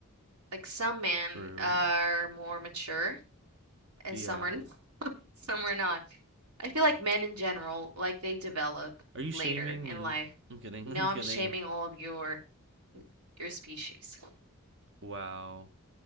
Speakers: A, on the right; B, on the right.
A: Like some men
B: True.
A: are more mature and
B: Yeah.
A: some are not- <laughs> some are not. I feel like men in general, like they develop
B: Are you shaming
A: later in
B: me?
A: life.
B: I'm kidding.
A: No,
B: <laughs> I'm
A: I'm
B: kidding.
A: shaming all of your your species,
B: Wow.